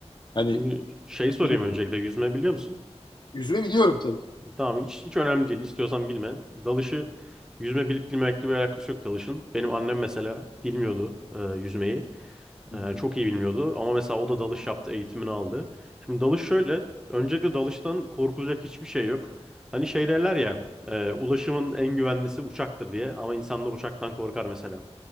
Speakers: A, on the left; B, in the centre.
A: Hani
B: Şimdi şey sorayım
A: bilmiyorum.
B: öncelikle yüzme biliyor musun?
A: Yüzme biliyorum tabii.
B: Tamam hiç, hiç önemli değil istiyorsan bilme. Dalışı yüzme bilip bilmemekle bir alakası yok dalışın. Benim annem mesela bilmiyordu e, yüzmeyi.
A: Hı
B: Ee,
A: hı.
B: çok iyi bilmiyordu ama mesela o da dalış yaptı, eğitimini aldı. Şimdi dalış şöyle, öncelikle dalıştan korkulacak hiçbir şey yok. Hani şey derler ya, e, ulaşımın en güvenlisi uçaktır diye ama insanlar uçaktan korkar mesela.